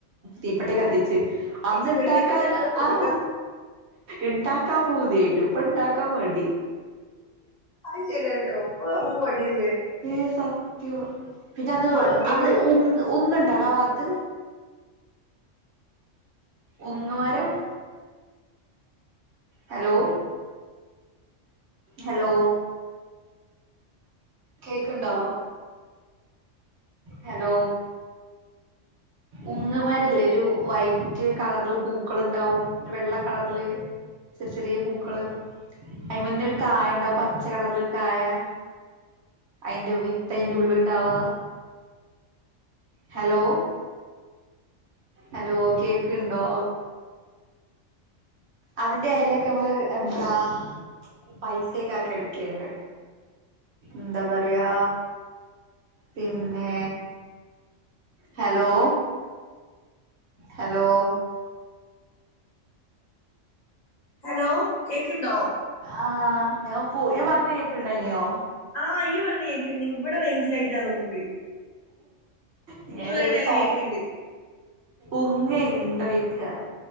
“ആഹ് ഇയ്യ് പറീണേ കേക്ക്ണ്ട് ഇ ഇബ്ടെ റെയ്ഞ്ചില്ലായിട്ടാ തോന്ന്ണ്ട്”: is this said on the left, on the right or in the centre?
Left